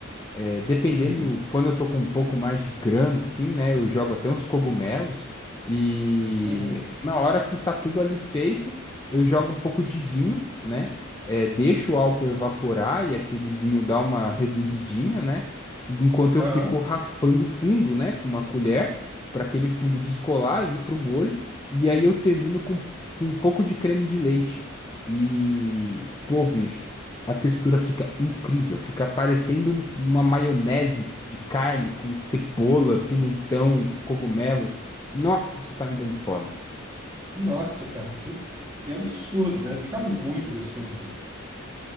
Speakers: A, on the left (about 20°); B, on the right (about 20°).
A: É, dependendo,
B: Uhum.
A: quando eu tô com um pouco mais de grana, assim, né? Eu jogo até uns cogumelos. E
B: Uhum.
A: na hora que tá tudo ali feito, eu jogo um pouco de vinho, né? É, deixo o álcool evaporar e aquele vinho dá uma reduzidinha, né? E enquanto eu
B: Aham.
A: fico raspando o fundo, né? Com uma colher, para aquele fundo descolar e ir pro molho. E aí eu termino com, com um pouco de creme de leite. E, pô, bicho. A textura fica incrível, fica parecendo um- uma maionese de carne com cebola, pimentão e cogumelo. Nossa, isso tá me dando fome.
B: Nossa, cara, que, que absurdo. Deve ficar muito gostoso.